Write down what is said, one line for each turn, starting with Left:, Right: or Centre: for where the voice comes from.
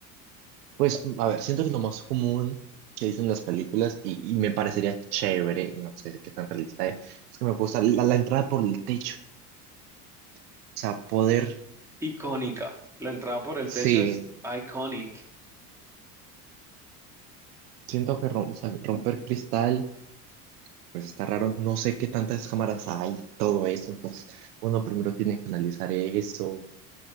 Right: Pues, mm, a ver, siento que lo más común que dicen las películas, y, y me parecería chévere, no sé qué tan realista es, es que me gusta la, la entrada por el techo. O sea, poder,
Centre: Icónica. La entrada por el
Right: sí,
Centre: techo es iconic.
Right: siento que rom- o sea, romper cristal, pues está raro, no sé qué tantas cámaras hay, todo eso, entonces uno primero tiene que analizar eso.